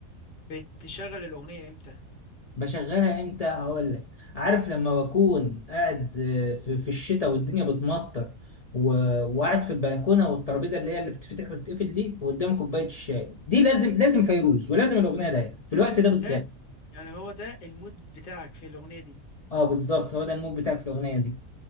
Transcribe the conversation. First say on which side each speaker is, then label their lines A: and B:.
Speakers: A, on the left; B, on the left.
A: بتشغل الاغنيه امتى
B: بشغلها امتى هقول لك عارف لما بكون قاعد آه، في في الشتاء والدنيا بتمطر و... وقاعد في البلكونه والترابيزه اللي هي اللي بتفتح وتتقفل دي وقدام كوبايه الشاي دي لازم لازم فيروز ولازم الاغنيه ده في الوقت ده بالذات
A: ده يعني هو ده المود بتاعك في الاغنيه دي
B: اه بالظبط هو ده المود بتاعي في الاغنيه دي